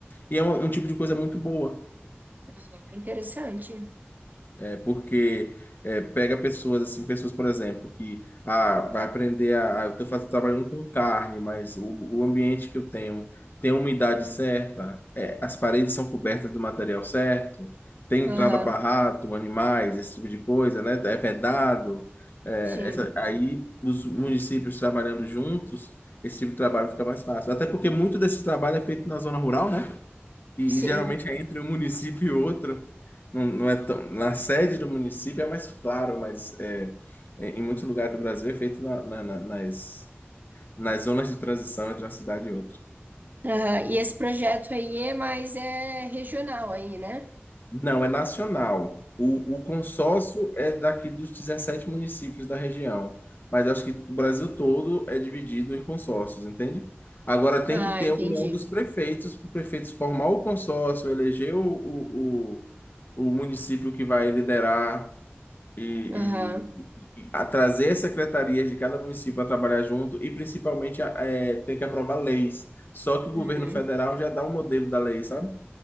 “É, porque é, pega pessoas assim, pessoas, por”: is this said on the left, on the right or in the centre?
Left